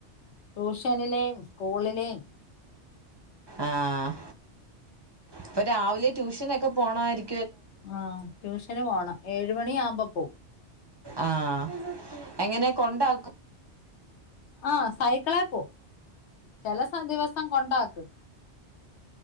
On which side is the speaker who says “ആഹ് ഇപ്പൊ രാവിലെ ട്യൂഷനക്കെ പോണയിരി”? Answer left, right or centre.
Right